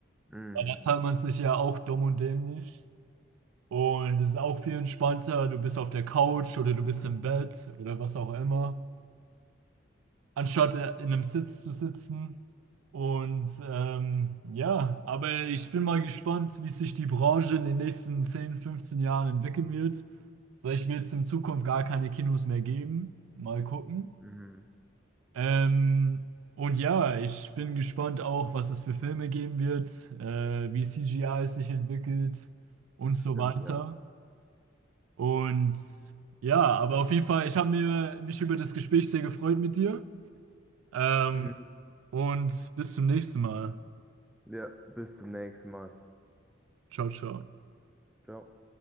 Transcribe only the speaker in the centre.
Mhm.
Mhm.
Stimmt,
ja.
Mhm.
Ja, bis zum nächsten Mal.
Ciao.